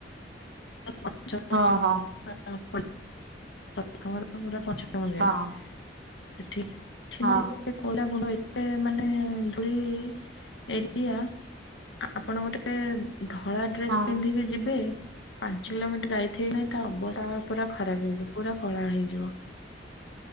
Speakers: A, on the left; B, on the right.
A: ପଞ୍ଚମ
B: ହଁ ହଁ
A: <unintelligible> ପ୍ରଥମ ପୁରା ପଞ୍ଚମ ଯାଏ
B: ହଁ
A: ସେଠି ମାନେ
B: ହଁ।
A: ଏତେ କୋଇଲା ଗୁଣ୍ଡ ଏତେ ମାନେ ଧୂଳି ଏରିଆ ଆପଣ ଗୋଟେ ଗୋଟେ ଧଳା ଡ୍ରେସ
B: ହଁ।
A: ପିନ୍ଧିକି ଯିବେ ପାଞ୍ଚ କିଲୋମିଟର ଯାଇଥିବ କି ନାଇଁ ତା ଅବସ୍ଥା ପୁରା ଖରାପ ହେଇଯିବ ପୁରା କଳା ହେଇଯିବ।